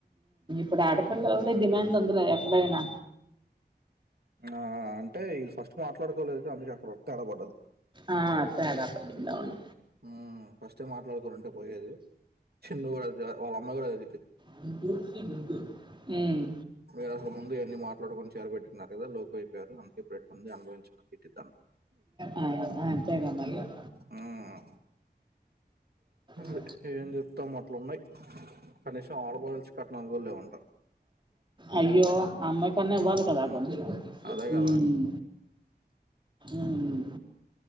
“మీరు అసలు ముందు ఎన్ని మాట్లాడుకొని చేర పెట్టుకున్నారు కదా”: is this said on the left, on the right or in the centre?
Right